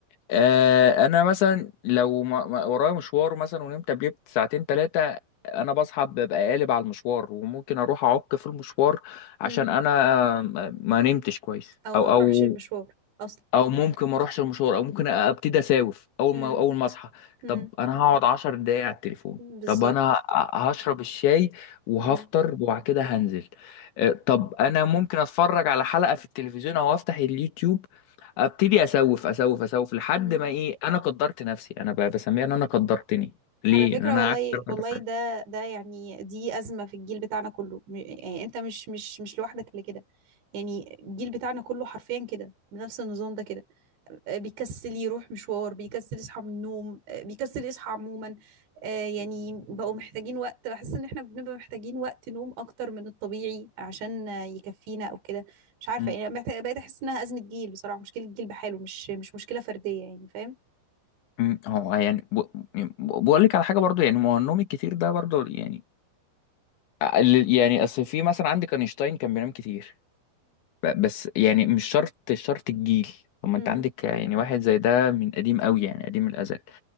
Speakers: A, on the left (about 70°); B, on the right (about 70°).
A: آه انا مثلا لو ما- ما- ورايا مشوار مثلا ونمت قبليه ساعتين ثلاثه انا بصحى ببقى قالب على المشوار وممكن اروح اعك في المشوار عشان
B: مم.
A: انا ما ما نمتش كويس
B: او
A: او
B: ما تروحش
A: او
B: المشوار اصلا
A: او ممكن ما اروحش المشوار او ممكن ابتدي اساوف اول
B: مم.
A: ما اول ما اصحى
B: مم.
A: طب انا هقعد 10 دقايق على التليفون
B: بالظبط
A: طب انا ه- هشرب الشاي وهفطر
B: مم.
A: وبعد كده هنزل آه، طب انا ممكن اتفرج على حلقة في التلفزيون او افتح اليوتيوب ابتدي اسوف اسوف اسوف لحد
B: مم.
A: ما ايه انا قدرت نفسي انا ب- بسميها ان انا قدرتني ليه
B: على فكرة
A: ان انا
B: والله
A: قعدت ثلاث
B: والله
A: اربع ساعات
B: ده ده يعني دي أزمة في الجيل بتاعنا كله م- يعني أنت مش مش مش لوحدك اللي كده يعني الجيل بتاعنا كله حرفيا كده بنفس النظام ده كده آه، بيكسل يروح مشوار بيكسل يصحى من النوم آه، بيكسل يصحى عموما آه، يعني بقوا محتاجين وقت بحس إن احنا بنبقى محتاجين وقت نوم أكتر من الطبيعي عشان آه، يكفينا أو كده مش عارفة
A: مم.
B: يعني أنا بقيت بقيت أحس إنها أزمة جيل بصراحة مشكلة جيل بحاله مش مش مشكلة فردية يعني فاهم؟
A: مم. هو يعني ب... بقول لك على حاجه برضو يعني ما هو النوم الكتير ده برضو يعني ال- يعني اصل في مثلا عندك اينشتاين كان بينام كتير ب- بس يعني مش شرط شرط الجيل طب ما
B: مم.
A: انت عندك يعني واحد زي ده من قديم قوي يعني قديم الازل